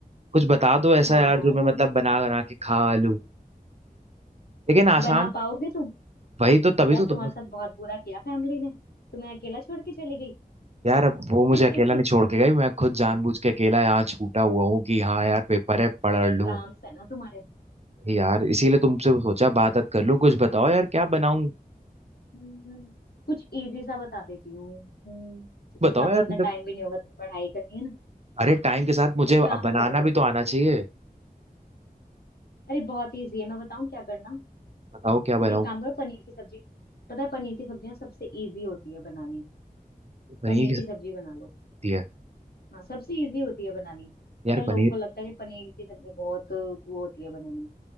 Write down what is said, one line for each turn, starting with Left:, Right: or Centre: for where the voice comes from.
Right: कुछ बता दो ऐसा
Left: हाँ
Right: यार
Left: हाँ
Right: जो मैं मतलब बना बना के खा लूँ लेकिन आसान
Left: बना पाओगे तुम
Right: वही तो तभी
Left: यार
Right: तो
Left: तुम्हारे
Right: तुम
Left: साथ बहुत बुरा किया फैमिली ने तुम्हें अकेला छोड़ के चली
Right: यार अब
Left: गई
Right: वो मुझे अकेला नहीं छोड़
Left: <laughs>
Right: के गई मैं खुद जानबूझ के अकेला यहाँ छूटा हुआ हूँ कि हाँ यार पेपर है पढ़
Left: अच्छा एग्जाम्स
Right: लूँ
Left: है ना तुम्हारे
Right: यार इसीलिए तुमसे सोचा बात बात कर लूं कुछ बताओ यार क्या बनाऊं
Left: हम्म, कुछ इजी सा बता देती हूँ हम्म, क्योंकि
Right: बताओ
Left: तुम्हारे
Right: यार
Left: पास इतना
Right: मतलब
Left: टाइम भी नहीं होगा तुम्हें पढ़ाई करनी है ना
Right: अरे टाइम के साथ मुझे
Left: एक काम
Right: अब बनाना
Left: करो तुम
Right: भी तो आना चाहिए
Left: अरे बहुत इजी है मैं बताऊँ क्या करना
Right: बताओ क्या बनाऊं
Left: तुम एक काम करो पनीर की सब्जी पता है पनीर की सब्जियाँ सबसे इजी होती है बनानी
Right: पनीर
Left: पनीर
Right: की
Left: की सब्जी बना लो
Right: सब्जी है
Left: हाँ सबसे इजी होती है बनानी
Right: यार
Left: पता है लोगों
Right: पनीर
Left: को लगता है कि पनीर की सब्जी बहुत वो होती है बनानी